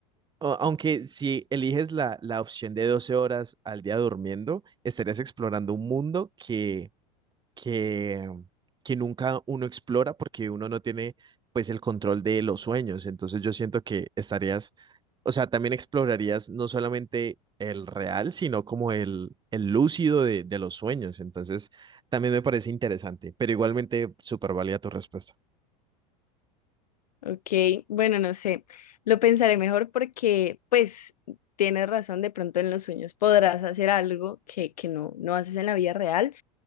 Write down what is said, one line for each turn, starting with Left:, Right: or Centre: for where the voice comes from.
Right: O- Aunque si eliges la, la opción de 12 horas al día durmiendo, estarías explorando un mundo que, que, que nunca uno explora porque uno no tiene pues el control de los sueños. Entonces yo siento que estarías, o sea, también explorarías no solamente el real, sino como el, el lúcido de, de los sueños. Entonces también me parece interesante, pero igualmente súper válida tu respuesta.
Left: Ok, bueno, no sé, lo pensaré mejor porque pues tienes razón, de pronto en los sueños podrás hacer algo que, que no, no haces en la vida real